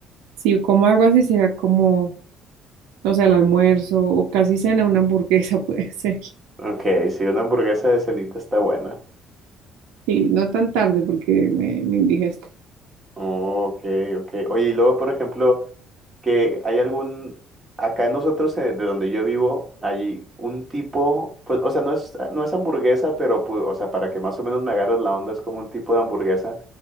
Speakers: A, on the right; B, on the right.
A: Si yo como algo así, sería como, o sea, el almuerzo o casi cena, una hamburguesa <laughs> puede ser.
B: Ok, sí, una hamburguesa de cenita está buena.
A: Y no tan tarde porque me, me indigesto.
B: Oh, ok, ok. Oye, y luego, por ejemplo, que hay algún, acá nosotros, eh, de donde yo vivo, hay un tipo, pues, o sea, no es, no es hamburguesa, pero, pu- o sea, para que más o menos me agarres la onda, es como un tipo de hamburguesa